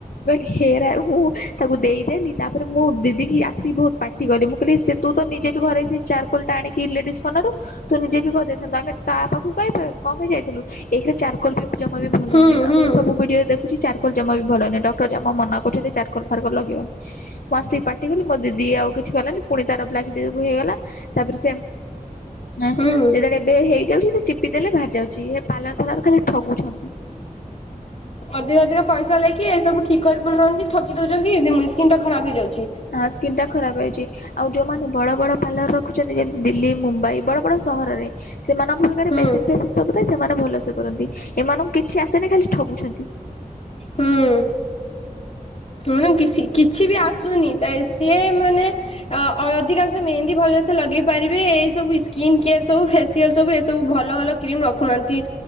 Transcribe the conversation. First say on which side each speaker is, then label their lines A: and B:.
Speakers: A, on the left; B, on the left.
A: କହିଲି ହେରା ମୁଁ ତାକୁ ଦେଇଦେଲି ତାପରେ ମୁଁ ଦିଦି କିି ଆସିି ବହୁତ ଠିକ କଲି ମୁଁ କହିଲି ସେ ତୁ ତ ନିଜେ ବି ଘରେଇ ଚାରକୋଲ ଟା ଆଣିକି ଲେଡିସ୍ କନାରୁ ତ ନିଜେ ବି କରିଦେଇଥାନ୍ତୁ ଆମେ ତା ପାଖକୁ କାଇଁ କମ ହେଇ ଯାଇଥିଲୁ ଏଇରେ ଚାରକୋଲ ବି ଜମା ବି ଭଲ
B: ହୁଁ
A: ନୁହଁ
B: ହୁଁ ହୁଁ
A: ମୁଁ ସବୁ ଭିଡିଓରେ ଦେଖୁଛି ଚାରକୋଲ ଜମା ବି ଭଲ ନୁହଁ। ଡକ୍ଟର ଜମା ମନା ଚାରକଲ ଫାର୍କଲ ଲଗେଇବନି ମୁଁ ଆସିକି ପାଟି କଲି ମୋ ଦିଦି ଆଉ କିଛି କହିଲାନି ପୁଣି ତାର ହେଇଗଲା ତାପରେ ସେ ଯେତେବେଳେ
B: ହୁଁ
A: ଏବେ ହେଇଯାଉଛି ଚିପିଦେଲେ ବାହାରି ଯାଉଛି ହେ ପାର୍ଲର ଫାର୍ଲର ଖାଲି ଠଗୁଛନ୍ତି।
B: ଅଧିକ ଅଧିକ ପଇସା ଲାଗକି ଏ ସବୁ ଠିକ୍ କରି ପାରୁ ରନ୍ତି ଠକି ଦଉ ସ୍କିନଟା ଖରାପ ହେଇଯାଉଛି।
A: ହଁ ସ୍କିନ୍ ଟା ଖରାପ ହେଉଛି ଆଉ ଯୋଉମାନେ ବଡ ବଡ ପାାର୍ଲର ରଖୁଛନ୍ତି ଯେମତି ଦିଲ୍ଲୀ ମୁମ୍ବାଇ ବଡ ବଡ ସହରରେ ସେମାନଙ୍କ ପାଖରେ
B: ହୁଁ
A: ମେସିନ ଫେସିନ୍ ସବୁ ସେମାନେ ଭଲ ସେେ କରନ୍ତି ଏମାନଙ୍କୁ କିଛି ଆସେନି ଖାଲି ଠଗୁଛନ୍ତି।
B: ହଁ। ହୁଁ କିଛି କିଛି ବି ଆସୁନି ସେ ମାନେ ଅ ଅ ଅଧିକାଂଶ ମେହେନ୍ଦୀ ଭଲ। ସେ ଲଗେଇ ପାରିବେ ଏଇ ସବୁ ସ୍କିନ୍ କେୟାର ସବୁ ଫେସିଆଲ୍ ସବୁ ଏସବୁ ଭଲ ଭଲ କ୍ରିମ୍ ରଖୁନାହାନ୍ତି।